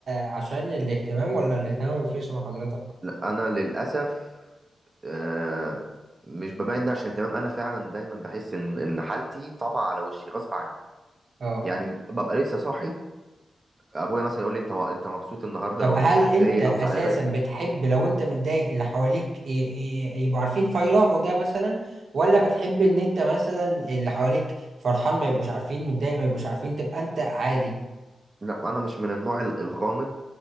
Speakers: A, on the right; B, on the right.
A: عشان الاهتمام ولا الاهتمام ما بيفرقش مع حضرتك
B: انا للأسف آه، مش ببين ده عشان اهتمام انا فعلا دايما بحس ان ان حالتي طبع على وشي غصب عني
A: اه
B: يعني ببقى لسه صاحي ابويا مثلا يقول لي انت انت مبسوط النهارده
A: طب
B: او
A: هل
B: انت صاحي
A: انت
B: فايق
A: اساسا
B: او صاحي رايق
A: بتحب لو انت متضايق اللي حواليك ي- ي- يبقوا عارفين فيروحوا ده مثلا ولا بتحب ان انت مثلا اللي حواليك فرحان ما يبقوش عارفين متضايق ما يبقوش عارفين تبقى انت عادي
B: لا انا مش من النوع ال- الغامض